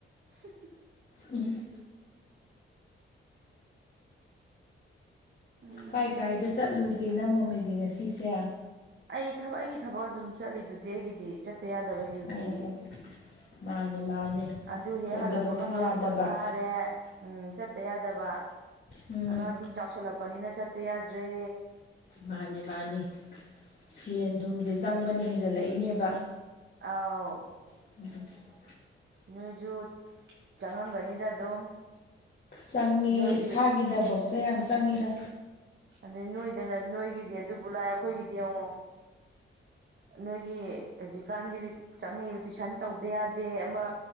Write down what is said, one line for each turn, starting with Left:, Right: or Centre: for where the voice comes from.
Right: ꯍꯝ ꯍꯥꯝ
Left: ꯎꯝ
Right: ꯎꯝ
Left: ꯀꯥꯏ ꯀꯥꯏꯗ ꯆꯠꯂꯨꯒꯦ ꯏꯅꯝꯃꯥ ꯃꯈꯣꯏꯗꯤ ꯉꯁꯤꯁꯦ
Right: ꯑꯩ ꯊꯕꯛ ꯑꯩꯒꯤ ꯊꯕꯛ ꯑꯗꯨꯝ ꯆꯠꯂꯤꯗꯨꯗꯤ ꯑꯩꯒꯤꯗꯤ ꯆꯠꯇ ꯌꯥꯗꯕ
Left: ꯑꯣ
Right: ꯗ꯭ꯌꯨꯇꯤ
Left: ꯃꯥꯅꯦ ꯃꯥꯅꯦ
Right: ꯑꯗꯨ ꯍꯦꯛ
Left: ꯇꯧꯗꯕꯁꯨ
Right: ꯍꯜꯂꯛꯄꯒ ꯉꯥꯏꯍꯥꯛ
Left: ꯌꯥꯗꯕ
Right: ꯄꯣꯠ ꯊꯥꯔꯦ ꯎꯝ ꯆꯠꯇ ꯌꯥꯗ ꯗꯕ
Left: ꯎꯝ
Right: ꯑꯉꯥꯡꯁꯤꯡ ꯆꯥꯎꯁꯜꯂꯛꯄꯅꯤꯅ ꯆꯠꯇ ꯌꯥꯗ꯭ꯔꯦ
Left: ꯃꯥꯅꯤ ꯃꯥꯅꯤ ꯁꯦꯟ ꯊꯨꯝꯁꯦ ꯆꯪꯕꯅꯤ ꯍꯦꯟꯖꯜꯂꯛꯏꯅꯦꯕ
Right: ꯑꯥꯎ
Left: ꯎ
Right: ꯅꯣꯏꯁꯨ ꯆꯪꯉꯝꯕꯅꯤꯗ ꯑꯗꯨꯝ
Left: ꯆꯪꯉꯦ
Right: ꯅꯣꯏꯗꯒꯤ
Left: ꯏꯁꯥꯒꯤꯗꯐꯧꯇ ꯌꯥꯝ ꯆꯪꯉꯤꯗ
Right: ꯑꯗꯨꯗꯩ ꯅꯣꯏꯗꯅ ꯅꯣꯏꯒꯤꯗꯤ ꯑꯗꯨꯕꯨ ꯂꯥꯛꯑꯦ ꯑꯩꯈꯣꯏꯒꯤꯗꯤ ꯌꯦꯡꯉꯣ ꯅꯣꯏꯒꯤ ꯍꯧꯖꯤꯛꯀꯥꯟꯒꯤ ꯆꯪꯉꯛꯏꯕ ꯇꯨꯏꯁꯟ ꯇꯧꯗ ꯌꯥꯗꯦ ꯑꯃ